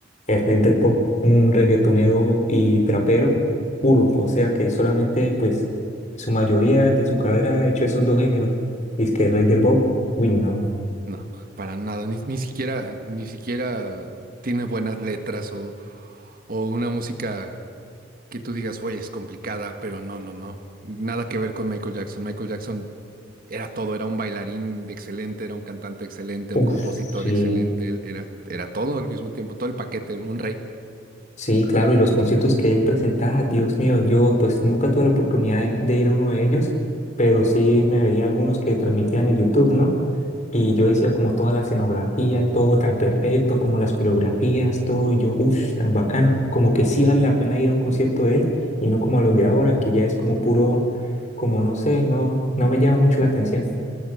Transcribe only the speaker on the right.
no, para nada. Ni, ni siquiera, ni siquiera tiene buenas letras o, o una música que tú digas, oye, es complicada, pero no, no, no. Nada que ver con Michael Jackson. Michael Jackson era todo, era un bailarín excelente, era un cantante excelente,
un compositor
excelente, él era, era todo al mismo tiempo, todo el paquete, un rey.